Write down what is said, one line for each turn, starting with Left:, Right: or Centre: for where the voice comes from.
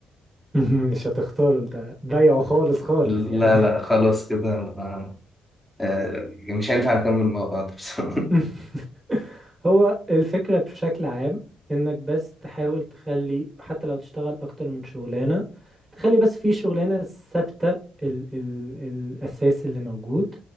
Right: <laughs> مش هتختار أنت بايعه خالص خالص
Centre: لا
Right: يعني
Centre: لا خلاص كده آه، آه، مش هينفع نكمل مع بعض بصراحه
Right: <laughs> هو الفكرة بشكل عام انك بس تحاول تخلي حتى لو تشتغل اكتر من شغلانة تخلي بس في شغلانة ثابتة ال ال الاساس اللي موجود